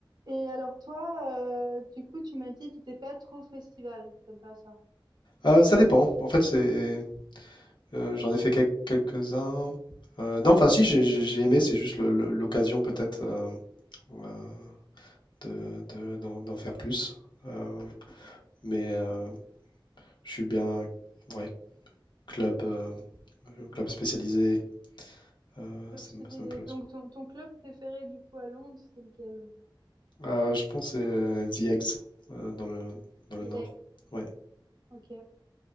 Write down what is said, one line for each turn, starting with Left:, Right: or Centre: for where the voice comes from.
Right: Et alors toi, euh, du coup, tu m'as dit que t'étais pas trop festival, t'aimes pas ça.
Left: Euh, ça dépend. En fait, c'est, euh, j'en ai fait quel- quelques-uns. Euh, non, enfin, si, j'ai j'ai- j'ai aimé, c'est juste le- le- l'occasion peut-être euh, euh, de, de- d'en, d'en faire plus. Euh, mais euh, je suis bien, ouais, club, euh, euh, club spécialisé, euh,
Right: Club
Left: ça
Right: spécialisé.
Left: me, ça me plaît
Right: Donc
Left: aussi.
Right: ton, ton club préféré du coup à Londres, c'est lequel?
Left: Euh, je pense que c'est euh, The Eggs euh, dans le, dans le
Right: The
Left: Nord.
Right: Egg.
Left: Ouais,
Right: Ok.